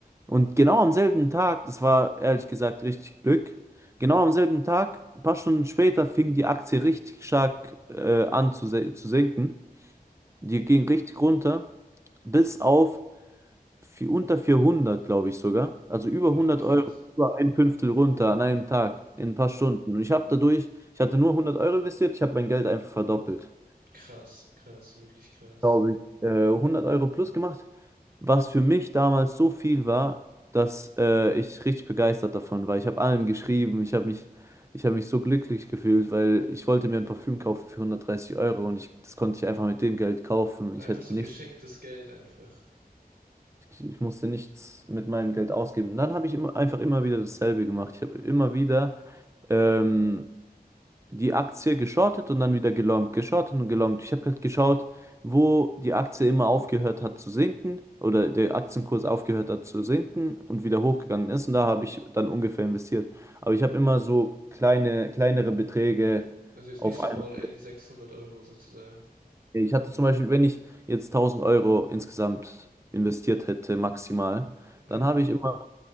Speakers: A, on the right; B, on the right.
A: Und genau am selben Tag, das war ehrlich gesagt richtig Glück, genau am selben Tag, ein paar Stunden später, fing die Aktie richtig stark äh, an zu, se- zu sinken. Die ging richtig runter, bis auf viel, unter 400, glaube ich sogar. Also
B: Boah,
A: über 100
B: krass.
A: Euro, über ein Fünftel runter an einem Tag, in ein paar Stunden. Und ich habe dadurch, ich hatte nur 100 Euro investiert, ich habe mein Geld einfach verdoppelt.
B: Krass, krass, wirklich krass.
A: Glaube ich. Äh, 100 Euro plus gemacht, was für mich damals so viel war, dass äh, ich richtig begeistert davon war. Ich habe allen geschrieben, ich habe mich, ich habe mich so glücklich gefühlt, weil ich wollte mir ein Parfüm kaufen für 130 Euro und ich, das konnte ich einfach mit dem Geld kaufen.
B: Einfach
A: Ich hätte
B: so
A: nichts
B: geschenktes Geld einfach.
A: Ich, ich musste nichts mit meinem Geld ausgeben. Und dann habe ich immer, einfach immer wieder dasselbe gemacht. Ich habe immer wieder ähm, die Aktie geschortet und dann wieder gelongt, geschortet und gelongt. Ich habe halt geschaut, wo die Aktie immer aufgehört hat zu sinken oder der Aktienkurs aufgehört hat zu sinken und wieder hochgegangen ist. Und da habe ich dann ungefähr investiert. Aber ich habe immer so kleine, kleinere Beträge
B: Also jetzt
A: auf
B: nicht so
A: einmal.
B: all in 600 Euro sozusagen.
A: Ich hatte zum Beispiel, wenn ich jetzt tausend Euro insgesamt investiert hätte, maximal,
B: Mhm.
A: dann habe ich immer